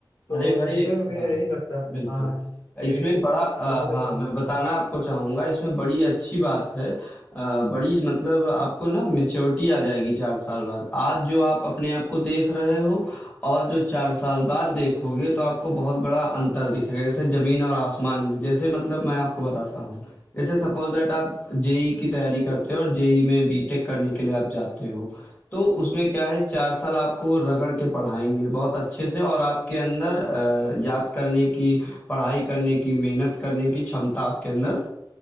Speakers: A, on the left; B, on the left.
A: तो
B: अरे भाई
A: मुझे भी
B: हाँ
A: यही लगता है
B: बिल्कुल
A: हाँ कि
B: इसमें बड़ा अ,
A: कॉलेज
B: हाँ
A: जाना
B: मैं
A: चाहिए।
B: बताना आपको चाहूंगा इसमें बड़ी अच्छी बात है अ, बड़ी मतलब आपको ना मेच्योरिटी आ जाएगी चार साल बाद आज जो आप अपने आप को देख रहे हो और जो चार साल बाद देखोगे तो आपको बहुत बड़ा अंतर दिखेगा जैसे जमीन और आसमान में जैसे मतलब मैं आपको बताता हूँ जैसे सपोज दैट आप जेई की तैयारी करते हो और जेई में बीटेक करने के लिए आप जाते हो तो उसमें क्या है 4 साल आपको वो रगड़ के पढ़ाएँगे बहुत अच्छे से और आपके अंदर अ, याद करने की, पढ़ाई करने की, मेहनत करने की क्षमता आपके अंदर